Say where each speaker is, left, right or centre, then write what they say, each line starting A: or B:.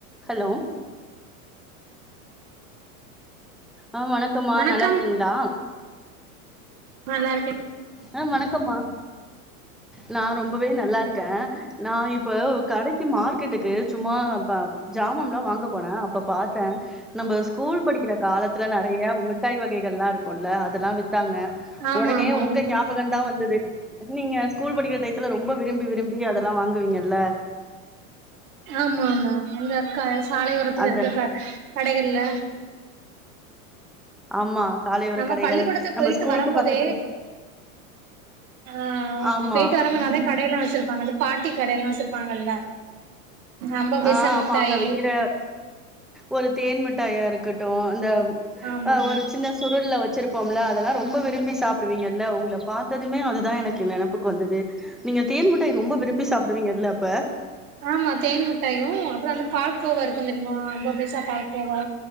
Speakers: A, in the centre; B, on the right (about 75°).
A: ஹலோ ஆ வணக்கம்மா
B: வணக்கம்
A: நல்லா இருக்கீங்ளா
B: நல்லா இருக்கே
A: ஆ வணக்கம்மா நா ரொம்பவே நல்லா இரு க நா இப்ப கடெக்கி மார்க்கெட்டுக்கு சும்மா ப ஜாமான்லா வாங்க போனே அப்ப பாத்தே நம்ம ஸ்கூல் படிக்கிற காலத்துல நறையா முட்டாய் வகைகள் ல்லா இருக்கூல்ல அதெல்லா வித்தாங்க
B: ஆமா
A: ஒடனே
B: ஆமா
A: உங்க ஞாபகொந்தா வந்துது நீங்க ஸ்கூல் படிக்கிற டைய்த்துல ரொம்ப விரும்பி விரும்பி அதெல்லா வாங்குவீங்க இல்ல
B: ஆமா ஆமா அந்த அக்கா சாலையோரத்துல
A: அந்த
B: இருக்க க கடைகள்ல
A: ஆமா சாலையோர
B: நம்ம
A: கடைகள்
B: பள்ளிக்கூடத்து
A: நம்ம
B: போயிட்டு
A: ஸ்கூலுக்கு
B: வரும்போதே
A: பக்கத்துல
B: ஆ
A: ஆமா
B: போயிட்டு வரம் போ நெறைய கடையெல்லா வெச்சிருப்பாங்க அந்த பாட்டி கடையெல்லா வெச்சிருப்பாங்கல்ல அம்பது பைசா
A: ஆ
B: முட்டாயி
A: ஆமா அங்க விக்கிற ஒரு தேன் மிட்டாயா இருக்கட்டு அந்த
B: ஆமா
A: அ ஒரு சின்ன சுருள்ல்ல வெச்சிருப்போம்ல அதெல்லா ரொம்ப விரும்பி சாப்பிடுவீங்கல்ல உங்கள பாத்ததுமே அதுதா எனக்கு நெனப்புக்கு வந்தது நீங்க தேன் மிட்டாய் ரொம்ப விரும்பி சாப்டுவீங்கல்ல அப்ப
B: ஆமா தேன் மிட்டாயு அப்புறோ அந்த பால்கோவா இருக்கு தெரியுமா அம்பபைசா பால்கோவா